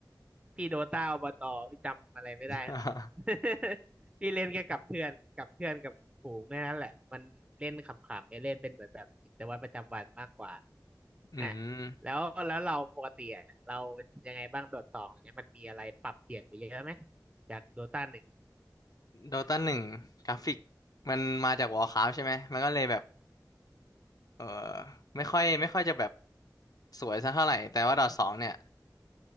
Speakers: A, on the right (about 15°); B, on the left (about 55°).
A: พี่โดต้าอบตพี่จำอะไรไม่ได้เลย
B: <laughs>
A: <laughs> พี่เล่นแค่กับเพื่อนกับเพื่อนกับฝูงแค่นั้นแหละมันเล่นขำๆไม่เล่นเป็นเหมือนแบบกิจวัตรประจำวันมากกว่า
B: อืม
A: อ่ะแล้วแล้วเราปกติอ่ะเรายังไงบ้างโดดสองเนี่ยมันมีอะไรปรับเปลี่ยนไปเยอะไหมจากโดต้าหนึ่ง
B: โดตาหนึ่งกราฟิกมันมาจากวอร์คราฟใช่ไหมมันก็เลยแบบเออไม่ค่อยไม่ค่อยจะแบบสวยสักเท่าไหร่แต่ว่าดอทสองเนี่ย